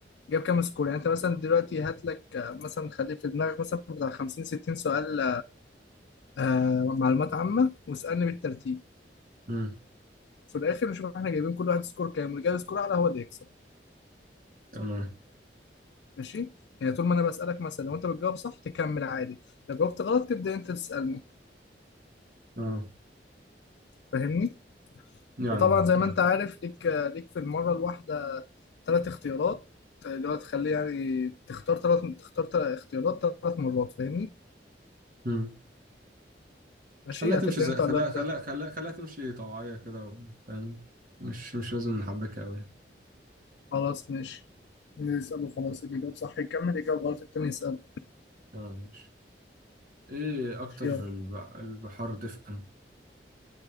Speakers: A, on the left; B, on the right.
A: جاب كام سكور يعني انت مثلا دلوقتي هات لك آه، مثلا خليه في دماغك مثلا بتاع 50 60 سؤال آه معلومات عامة واسألني بالترتيب
B: امم
A: في الآخر نشوف احنا جايبين كل واحد سكور كام واللي جايب سكور أعلى هو اللي يكسب
B: تمام
A: ماشي يعني طول ما أنا بسألك مثلا لو أنت بتجاوب صح تكمل عادي لو جاوبت غلط تبدأ أنت تسألني
B: تمام
A: فاهمني
B: يعني
A: وطبعا
B: اه
A: زي
B: تمام
A: ما أنت عارف ليك ليك في المرة الواحدة ثلاث اختيارات اللي هو تخليه يعني تختار ثلاث تختار تلات اختيارات ثلاث مرات فاهمني
B: امم
A: ماشي
B: خليها تمشي
A: هتبدأ
B: زي
A: أنت
B: خليها
A: ولا أبدأ
B: خليها
A: أنا
B: خليها خليها تمشي طوعية كده و- فاهم مش مش لازم نحبكها أوي
A: خلاص ماشي نسأله خلاص اللي جاوب صح يكمل اللي جاوب غلط التاني يسأله
B: تمام ماشي ايه اكتر
A: ماشي، يلا
B: الب- البحار دفئا